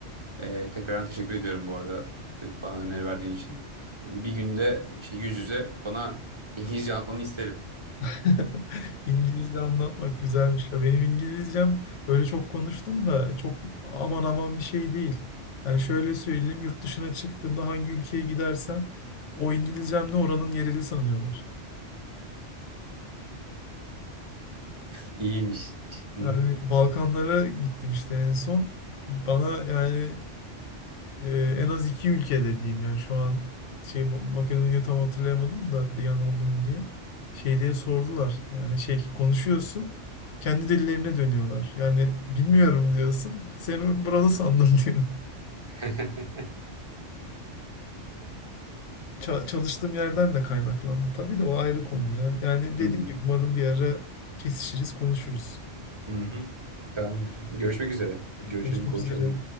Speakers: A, on the right; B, on the left.
A: Ee, tekrardan teşekkür ediyorum bu arada e, bana öneri verdiğin için. Bir günde işte yüz yüze bana İngilizce atmanı isterim.
B: <laughs> İngilizce anlatmak güzelmiş. Ya benim İngilizcem öyle çok konuştum da çok aman aman bir şey değil. Yani şöyle söyleyeyim yurt dışına çıktığımda hangi ülkeye gidersem o İngilizcemle oranın yereli sanıyorlar.
A: İyiymiş. Hı.
B: Yani Balkanlara gittim işte en son. Bana yani e, en az iki ülkede diyeyim yani şu an şey Ma- Makedonya tam hatırlayamadım da Diyan oldu mu diye. Şey diye sordular. Yani şey konuşuyorsun kendi dillerine dönüyorlar. Yani bilmiyorum diyorsun. Seni burada sandım <laughs> diyor.
A: <laughs>
B: Ça- çalıştığım yerden de kaynaklandı. Tabii de o ayrı konu ya. Yani dediğim
A: Hı.
B: gibi umarım bir ara kesişiriz, konuşuruz.
A: Hı hı. Tamamdır. Görüşmek üzere. Görüşelim,
B: Görüşmek
A: konuşalım.
B: üzere.